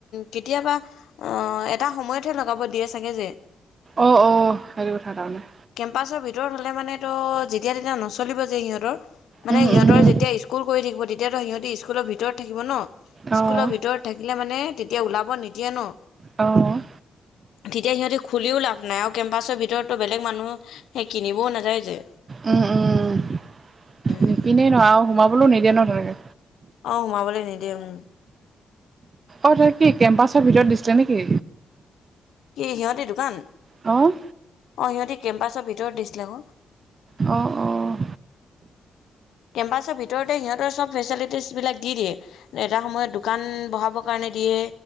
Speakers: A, on the left; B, on the right.
A: কেতিয়াবা এটা সময়ত তহে লগাব দিয়ে চাগে যে।
B: অ', অ', হেৰি কথা তাৰমানে।
A: কেম্পাছৰ ভিতৰত হ'লে মানে তো যেতিয়া তেতিয়া নচলিব যে সিহঁতৰ। মানে
B: উম
A: সিহঁতৰ
B: উম
A: যেতিয়া স্কুল কৰি থাকিব তেতিয়াতো সিহঁতে স্কুলৰ ভিতৰত থাকিব ন।
B: অঁ
A: স্কুলৰ ভিতৰত থাকিলে মানে তেতিয়া ওলাব নিদিয়ে ন।
B: অ'।
A: তেতিয়া সিহঁতে খুলিও লাভ নাই আৰু কেম্পাছৰ ভিতৰতো বেলেগ। বেলেগ মানুহ সেই কিনিবও নাযায় যে
B: উম উমম
A: উম
B: নিপিনে ন আৰু সোমাবলৈও নিদিয়ে ন তেনেকে।
A: অ', সোমাবলৈ নিদিয়ে উ।
B: অ', ত কি কেম্পাছৰ ভিতৰত দিছিলে নেকি।
A: ই সিহঁতি দোকান।
B: অ'।
A: অ', সিহঁতি কেম্পাছৰ ভিতৰত দিছিলে আকৌ।
B: অ', অ'।
A: কেম্পাছৰ ভিতৰতে সিহঁতৰ চব ফেচেলিটিছবিলাক দি দিয়ে। এটা সময়ত দোকান বহাবৰ কাৰণে দিয়ে